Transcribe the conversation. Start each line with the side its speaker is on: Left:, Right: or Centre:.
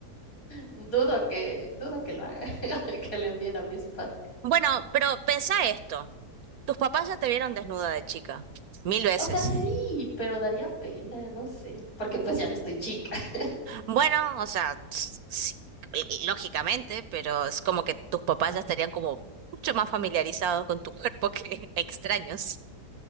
Left: Dudo que, dudo que lo haga, <laughs> que le envíen a mi spa.
Right: Bueno, pero pensá esto. Tus papás ya te vieron desnuda de chica, mil veces.
Left: O sea, sí, pero daría pena, no sé, porque pues ya no estoy chica. <laughs>
Right: Bueno, o sea, ps, sí, y- y lógicamente, pero es como que tus papás ya estarían como mucho más familiarizados con tu cuerpo que <laughs> extraños.